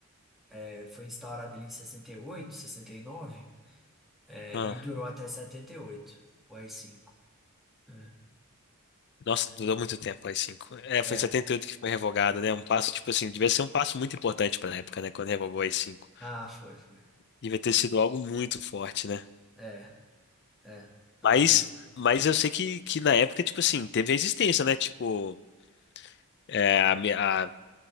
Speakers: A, in the centre; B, on the left.
A: é, foi instaurado ele em 68, 69, é,
B: ah.
A: e durou até 78, o A i 5 né?
B: Nossa, durou muito tempo aí, cinco. É,
A: É.
B: foi em 78 que foi revogado, né? Um passo, tipo assim, devia ser um passo muito importante pra época, né? Quando revogou aí cinco.
A: Ah, foi, foi.
B: Devia ter sido algo muito forte, né?
A: É, é. Aí.
B: Mas, mas eu sei que, que na época, tipo assim, teve resistência, né? Tipo, é, a mi- a-